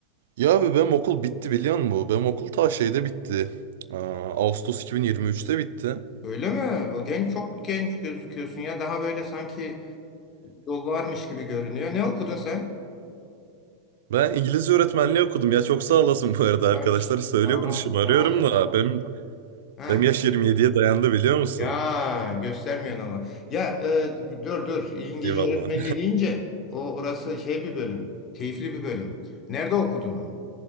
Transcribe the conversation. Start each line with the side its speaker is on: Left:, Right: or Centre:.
Right: Ya abi benim okul bitti biliyor musun? Benim okul ta şeyde bitti. Aa, Ağustos 2023'te bitti.
Left: Öyle mi? O genç çok genç gözüküyorsun ya. Daha böyle sanki yol varmış gibi görünüyor. Ne okudun sen?
Right: Ben İngilizce öğretmenliği okudum ya çok sağ olasın bu arada arkadaşlar.
Left: Ay,
Right: Söylüyor
Left: şaha-
Right: bunu şımarıyorum
Left: şahane.
Right: da benim,
Left: Ha.
Right: benim yaş 27'ye dayandı biliyor musun?
Left: Ya göstermiyorsun ama. Ya e, dur dur. İngilizce
Right: Eyvallah.
Left: öğretmenliği deyince o orası şey bir bölüm. Keyifli bir bölüm. Nerede okudun onu?